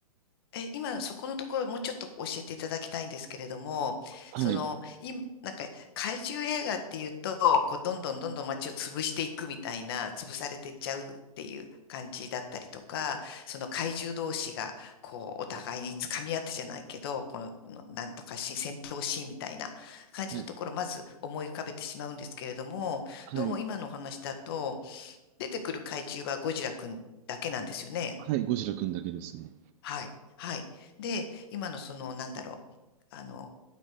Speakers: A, on the left; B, on the right.
A: え、今、そこのところ、もうちょっと教えていただきたいんですけれども、
B: はい、
A: その、今、なんか、怪獣映画っていうと、こう、どんどんどんどん街を潰していくみたいな、潰されてっちゃうっていう感じだったりとか、その怪獣同士が、こう、お互いに掴み合ってじゃないけど、この、のなんとかし、戦闘シーンみたいな感じのところ、
B: はい、
A: まず思い浮かべてしまうんですけれども、
B: はい、
A: どうも今のお話だと、出てくる怪獣はゴジラくんだけなんですよね。
B: はい、ゴジラくんだけですね。
A: はい。はい。で、今のその、なんだろう。あの、